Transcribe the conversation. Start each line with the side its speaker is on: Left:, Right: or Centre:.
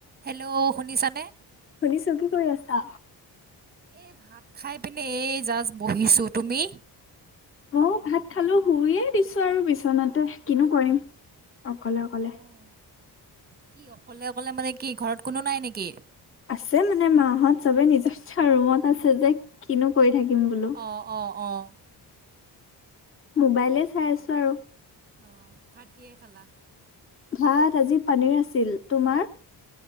Right: Hello শুনিছা নে?
Left: শুনিছোঁ কি কৰি আছা?
Right: এই ভাত খাই পিনে এই জাষ্ট বহিছোঁ তুমি?
Left: অহ ভাত খালো শুইয়ে দিছো আৰু বিচনাতে কিনো কৰিম অকলে অকলে
Right: অঁ কি অকলে অকলে মানে কি ঘৰত কোনো নাই নেকি?
Left: আছে মানে মা হত চবে নিজ ৰুমত আছে যে কিনো কৰি থাকিম বোলো
Right: অহ অহ অহ
Left: মোবাইলে চাই আছো বাৰু
Right: অহ ভাত কিহে খালা?
Left: ভাত আজি পনীৰ আছিল তোমাৰ